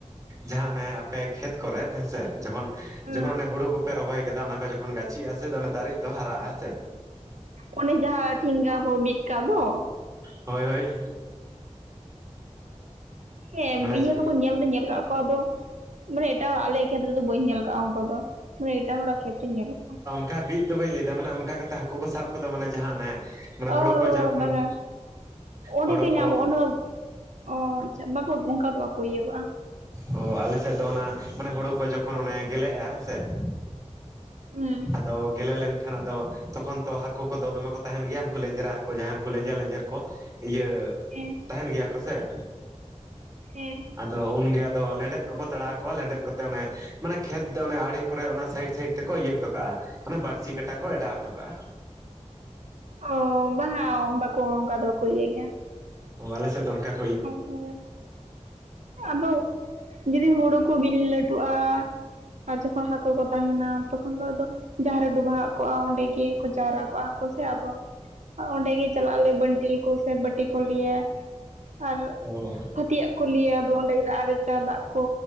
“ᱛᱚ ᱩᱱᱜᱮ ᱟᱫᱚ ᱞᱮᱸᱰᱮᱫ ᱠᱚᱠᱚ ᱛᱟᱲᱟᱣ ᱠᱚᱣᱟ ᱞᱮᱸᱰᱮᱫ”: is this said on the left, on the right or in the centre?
Right